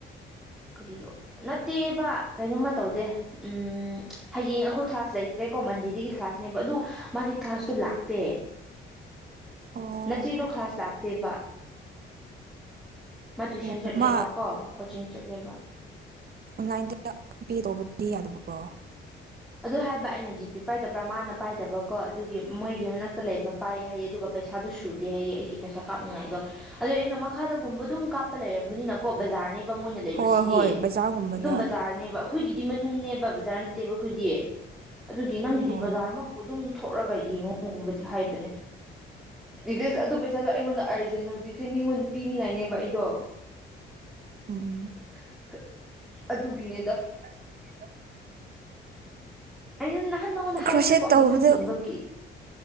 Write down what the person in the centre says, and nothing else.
ꯀꯔꯤꯔꯣ ꯅꯠꯇꯦꯕ ꯀꯩꯅꯣꯝꯃ ꯇꯧꯗꯦ ꯎꯝ ꯍꯌꯦꯡ ꯑꯩꯈꯣꯏ ꯀ꯭ꯂꯥꯁ ꯂꯩꯇ꯭ꯔꯦꯀꯣ ꯃꯟꯗꯦꯗꯒꯤ ꯀ꯭ꯂꯥꯁꯅꯦꯕ ꯑꯗꯨ ꯃꯥꯗꯤ ꯀ꯭ꯂꯥꯁꯇꯨ ꯂꯥꯛꯇꯦ <inaudible>
ꯅꯆꯦꯗꯣ ꯀ꯭ꯂꯥꯁ ꯂꯥꯛꯇꯦꯕ ꯃꯥ ꯇꯨꯏꯁꯟ
ꯆꯠꯂꯦꯕꯀꯣ
ꯀꯣꯆꯤꯡ ꯆꯠꯂꯦꯕ
ꯑꯗꯨ ꯍꯥꯏꯕ ꯑꯩꯅ ꯖꯤ ꯄꯤ ꯄꯥꯏꯗꯕ꯭ꯔꯥ ꯃꯥꯅ ꯄꯥꯏꯗꯕ ꯀꯣ ꯑꯗꯨꯒꯤ ꯃꯣꯏꯒꯤ ꯃꯅꯥꯛꯇ ꯂꯩꯕ ꯄꯥꯏ ꯍꯥꯏꯌꯦ ꯑꯗꯨꯒ ꯄꯩꯁꯥꯗꯨ ꯁꯨꯗꯦ ꯍꯥꯏꯌꯦ ꯑꯩꯒꯤ ꯄꯩꯁꯥ ꯀꯥꯞꯅꯤꯡꯉꯥꯏꯗꯣ ꯑꯗꯣ ꯑꯩꯅ ꯃꯈꯥꯗꯒꯨꯝꯕ ꯑꯗꯨꯝ ꯀꯥꯞꯄ ꯂꯩꯔꯝꯒꯅꯤꯅ ꯀꯣ ꯕꯖꯥꯔꯅꯦꯕ ꯃꯣꯏꯅ ꯂꯩꯕꯁꯤꯗꯤ
ꯑꯗꯨꯝ ꯕꯖꯥꯔꯅꯦꯕ ꯑꯈꯣꯏꯒꯤꯗꯤ ꯃꯅꯨꯡꯅꯦꯕ ꯕꯖꯥꯔ ꯅꯠꯇꯦꯕ ꯑꯈꯣꯏꯗꯤ ꯑꯗꯨꯒꯤ ꯅꯪꯒꯤꯗꯤ
ꯕꯖꯥꯔꯃꯛꯄꯨ ꯑꯗꯨꯝ ꯊꯣꯛꯔꯒ ꯌꯦꯡꯉꯨꯒꯨꯝꯕꯗꯤ ꯍꯥꯏꯕꯅꯦ ꯕꯤꯀꯁ ꯑꯗꯨ ꯄꯩꯁꯥꯗꯣ ꯑꯩꯉꯣꯟꯗ ꯑꯔꯖꯦꯟ ꯍꯧꯖꯤꯛꯁꯦ ꯃꯤꯉꯣꯟꯗ ꯄꯤꯅꯤꯡꯉꯥꯏꯅꯦꯕ ꯑꯩꯗꯣ <inaudible>
ꯑ ꯑꯗꯨꯒꯤꯅꯦꯗ
ꯑꯩꯅ ꯅꯍꯥꯟ ꯅꯉꯣꯟꯗ ꯍꯥꯏꯈ꯭ꯔꯦꯀꯣ
ꯑꯩꯒꯤ
ꯁꯝ ꯆꯤꯡꯕꯒꯤ